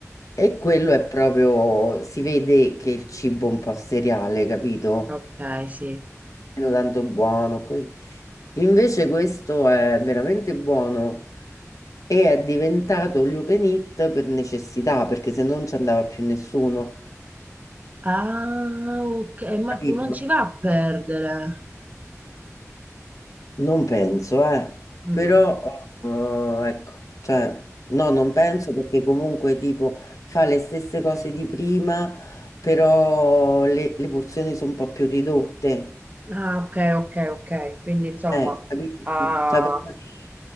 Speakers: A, on the left (about 80°); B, on the right (about 30°).
A: E quello è proprio, si vede che il cibo è un po' seriale, capito?
B: ok, sì.
A: Meno tanto buono, così. Invece questo è veramente buono e è diventato all you can eat per necessità, perché se non ci andava più nessuno,
B: Ah, ok, ma
A: capito?
B: non ci va a perdere.
A: Non penso, eh,
B: Mm.
A: però eh, ecco, cioè, no, non penso perché comunque tipo fa le stesse cose di prima, però le, le porzioni sono un po' più ridotte.
B: Ah, ok, ok, ok. Quindi insomma,
A: Eh, capisci?
B: ah,
A: Cioè, prima ti